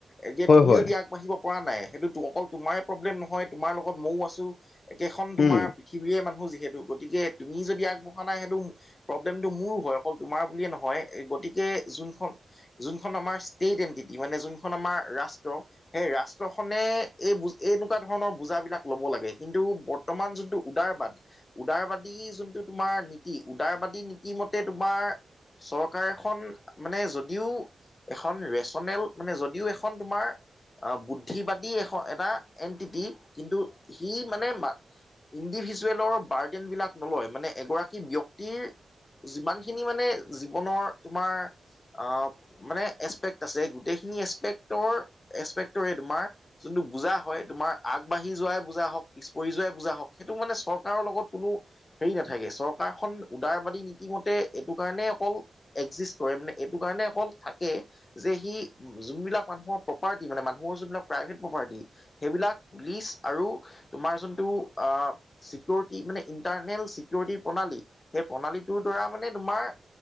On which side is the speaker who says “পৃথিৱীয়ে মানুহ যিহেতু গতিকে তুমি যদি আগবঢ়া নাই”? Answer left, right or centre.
Left